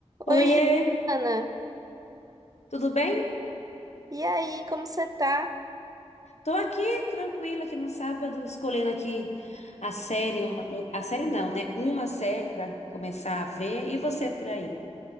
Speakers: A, on the right; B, on the left.
A: Oi,
B: Oiê,
A: Giovana.
B: tudo bem?
A: E aí, como você tá?
B: Tô aqui tranquila aqui no sábado, escolhendo aqui a série, uma, um- a série não, né? Uma série pra começar a ver e você por aí.